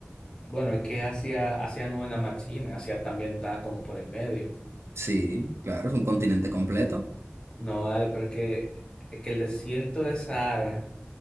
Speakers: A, on the left (about 20°); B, on the right (about 75°).
A: Bueno, es que Asia, Asia no es nada más China, Asia también está como por el medio.
B: Sí, claro, es un continente completo.
A: No, vale, pero es que, es que el desierto de Sahara